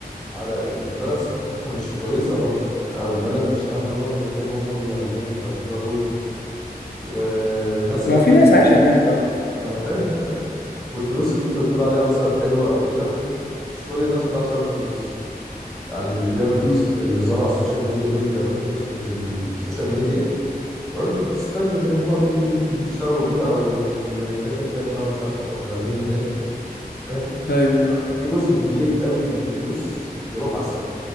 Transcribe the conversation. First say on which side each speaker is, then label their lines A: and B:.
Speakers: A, in the centre; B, on the left.
A: على ان البلد ثقافتها مش كويسه برضه او البلد مش امنه برضه زي ما هم بيعلموك او بيوروك ومثلا
B: ما هو في
A: الف-
B: ناس عايشه هناك طب
A: ما انا فاهم فاهم والفلوس اللي انت بتقول عليها مثلا حلوة او كده مش كل الناس بتعرف تعمل فلوس يعني اللي بيعمل فلوس
B: امم
A: اللي بيظهروا على السوشيال ميديا دول بيعملوا فلوس من السوشيال ميديا وبيعملوا فلوس تانية اللي هم بي... بيشتغلوا بيها او اللي بيعمل ايا كان بقى مش عارف هم شغالين ايه هناك فاهم
B: ايوه ايوه
A: في جزء كبير قوي من الفلوس بيروح على السكن